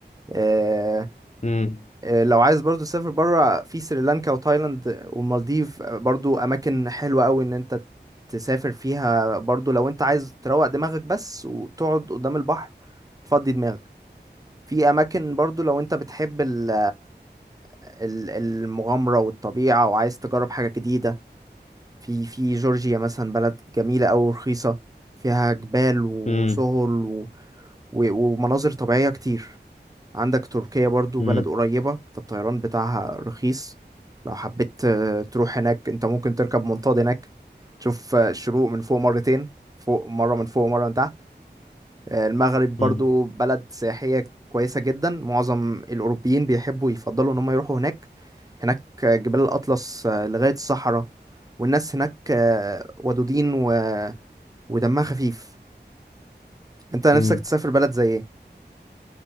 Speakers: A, on the right; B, on the left.
A: آه،
B: مم.
A: آه، لو عايز برضو تسافر بره في سريلانكا وتايلاند والمالديف آه، برضو اماكن حلوه قوي ان انت تسافر فيها برضو لو انت عايز تروق دماغك بس وتقعد قدام البحر تفضي دماغك في اماكن برضو لو انت بتحب ال ال- المغامرة والطبيعة وعايز تجرب حاجة جديدة في في جورجيا مثلا بلد جميلة أوي ورخيصة فيها جبال وسهول
B: مم.
A: و... و... ومناظر طبيعية كتير عندك تركيا برضو
B: مم.
A: بلد قريبة فالطيران بتاعها رخيص لو حبيت آه، تروح هناك انت ممكن تركب منطاد هناك تشوف آه، الشروق من فوق مرتين فوق مرة من فوق ومرة من تحت آه، المغرب برضو
B: مم.
A: بلد سياحية كويسة جدا معظم الأوروبيين بيحبوا يفضلوا إن هم يروحوا هناك هناك جبال الأطلس آه، لغاية الصحراء والناس هناك آه، ودودين و... ودمها خفيف أنت نفسك
B: مم.
A: تسافر بلد زي